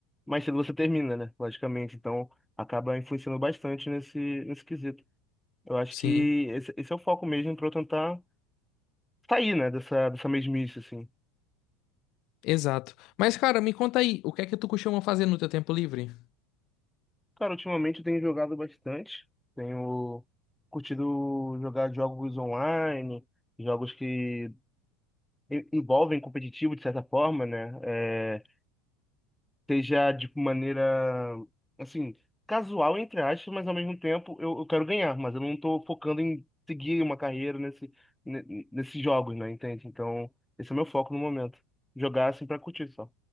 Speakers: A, in the centre; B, on the left (about 50°).
A: mais cedo você termina, né? Logicamente. Então, acaba influenciando bastante nesse, nesse quesito. Eu acho
B: Sim,
A: que esse, esse é o foco mesmo para eu tentar sair, né, dessa, dessa mesmice, assim.
B: exato. Mas, cara, me conta aí, o que é que tu costuma fazer no teu tempo livre?
A: Cara, ultimamente eu tenho jogado bastante. Tenho curtido jogar jogos online, jogos que en- envolvem competitivo de certa forma, né? É, seja de maneira, assim, casual, entre aspas, mas ao mesmo tempo eu, eu quero ganhar, mas eu não tô focando em seguir uma carreira nesse, ne- nesses jogos, né? Entende? Então, esse é o meu foco no momento. Jogar, assim, pra curtir só.